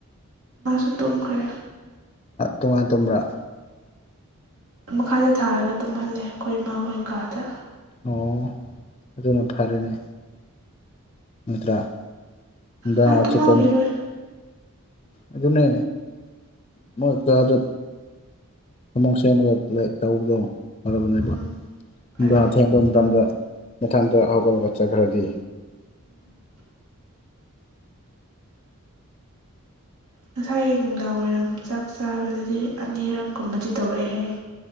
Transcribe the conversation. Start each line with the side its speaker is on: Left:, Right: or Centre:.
Right: ꯃꯥꯁꯨ ꯇꯨꯝꯈ꯭ꯔꯦ
Left: ꯇꯣꯉꯥꯟ ꯇꯨꯝꯕꯔ꯭
Right: ꯃꯈꯥꯗ ꯊꯥꯔꯒ ꯇꯨꯝꯍꯜꯂꯦ ꯑꯩꯈꯣꯏ ꯏꯃꯥꯈꯣꯏ ꯀꯥꯗ
Left: ꯑꯣ ꯑꯗꯨꯅ ꯐꯔꯦꯅꯦ ꯅꯠꯇ꯭ꯔꯥ ꯅꯨꯡꯗꯥ
Right: ꯃꯥ ꯇꯨꯝꯃꯝꯈꯤꯔꯣꯏ
Left: ꯆꯨꯞꯄ ꯑꯗꯨꯅꯦ ꯃꯣꯏ ꯀꯥꯗ ꯑꯃꯃ ꯁꯦꯝꯃꯒ ꯇꯧꯕꯗꯣ ꯐꯔꯕꯅꯦꯕ
Right: ꯎꯝ
Left: ꯅꯨꯡꯗꯥꯡ
Right: ꯐꯔꯦ
Left: ꯑꯊꯦꯡꯕ ꯃꯇꯝꯗ ꯃꯊꯟꯇ ꯍꯧꯒꯠꯂꯒ ꯆꯠꯈ꯭ꯔꯗꯤ
Right: ꯎꯝ ꯉꯁꯥꯏ ꯅꯨꯡꯗꯥꯡ ꯋꯥꯏꯔꯝ ꯆꯥꯛ ꯆꯥꯕꯗꯗꯤ ꯑꯅꯤꯔꯛ ꯀꯨꯝꯕꯗꯤ ꯇꯧꯔꯛꯏ ꯍꯥꯏꯌꯦ